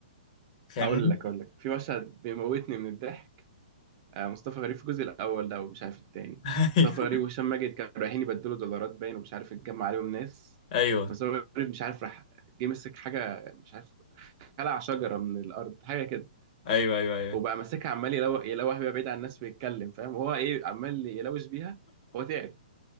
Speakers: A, on the left; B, on the right.
A: فاهمني
B: اقول لك اقول لك في مشهد بيموتني من الضحك آه، مصطفى غريب في الجزء الاول ده ومش عارف التاني
A: <laughs>
B: مصطفى غريب وهشام ماجد كانوا رايحين يبدلوا دولارات باين ومش عارف اتجمع عليهم ناس
A: ايوه
B: مصطفى غريب مش عارف راح جه مسك حاجه مش عارف خلع شجره من الارض حاجه كده
A: ايوه ايوه ايوه
B: وبقى ماسكها عمال يلو- يلوح بيها بعيد عن الناس ويتكلم فاهم هو ايه عمال يلوش بيها هو تعب